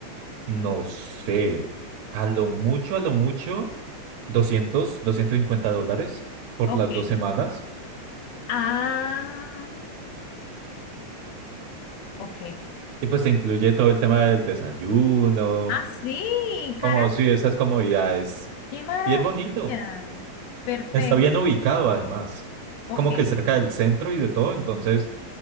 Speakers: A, on the right (about 75°); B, on the left (about 75°).
A: no sé, a lo mucho, a lo mucho, doscientos doscientos cincuenta dólares por
B: ok.
A: las dos semanas.
B: Ah, ok.
A: Y pues te incluye todo el tema del desayuno.
B: Ah, sí,
A: Como
B: caramba.
A: si esas comodidades.
B: Qué maravilla.
A: Y es bonito.
B: Perfecto,
A: Está bien ubicado además. Es
B: ok.
A: como que cerca del centro y de todo, entonces